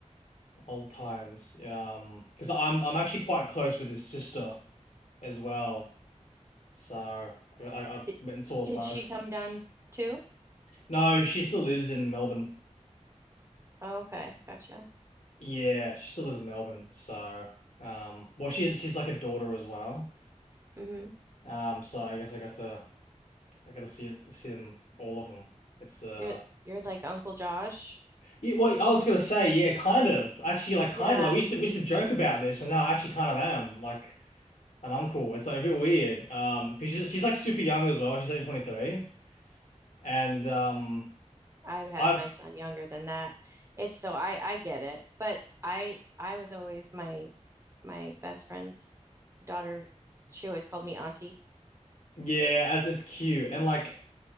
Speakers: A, on the left; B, on the right.
A: old times. Um, because I'm I'm actually quite close with his sister as well. So I, I,
B: <laughs>
A: I
B: Did,
A: went and saw
B: did
A: them both.
B: she come down too?
A: No, she still lives in Melbourne.
B: Oh, okay, gotcha.
A: Yeah, she still lives in Melbourne. So, um, well, she's she's like a daughter as well.
B: Mm-hmm.
A: Um, so I guess I got to I got to see see them all of them. It's uh,
B: You're you're like Uncle Josh.
A: yeah, well, I was gonna say yeah, kind of actually like kind
B: Yeah.
A: of like we used to we used to joke about this, and now I actually kind of am like an uncle. It's like a bit weird. Um, because she's she's like super young as well. She's only 23, and um,
B: I had
A: I've
B: my son younger than that. It's so I I get it, but I I was always my my best friend's daughter. She always called me auntie.
A: yeah, it's it's cute and like.